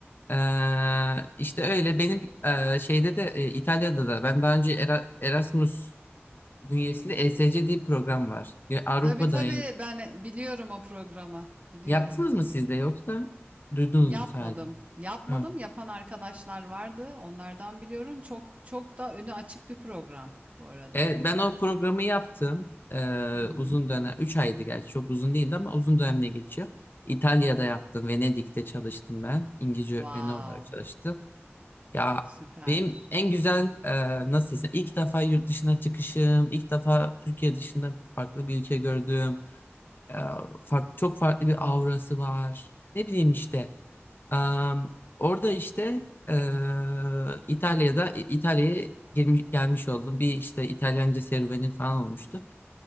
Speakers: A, on the left; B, on the right.
A: E, işte öyle benim e, şeyde de e, İtalya'da da ben daha önce Era- Erasmus bünyesinde ESC diye bir program var. Ya Avrupa'da
B: Tabii tabii
A: yani.
B: ben e, biliyorum o programı. Biliyorum.
A: Yaptınız mı siz de yoksa duydunuz
B: Yapmadım.
A: mu sadece?
B: Yapmadım.
A: Ha.
B: Yapan arkadaşlar vardı. Onlardan biliyorum. Çok çok da önü açık bir program bu arada.
A: Evet, ben o
B: Şey.
A: programı yaptım. Ee,
B: Hı hı.
A: uzun dönem, 3 aydı gerçi çok uzun değildi ama uzun dönemle geçiyor. İtalya'da yaptım, Venedik'te çalıştım ben. İngilizce
B: Wow.
A: öğretmeni olarak çalıştım. Ya
B: Süper.
A: benim en güzel e, nasıl desem ilk defa yurt dışına çıkışım, ilk defa Türkiye dışında farklı bir ülke gördüm. E, fark- çok farklı bir aurası var. Ne bileyim işte. Am, orada işte eee, İtalya'da İtalya'ya gelmiş, gelmiş oldum. Bir işte İtalyanca serüveni falan olmuştu.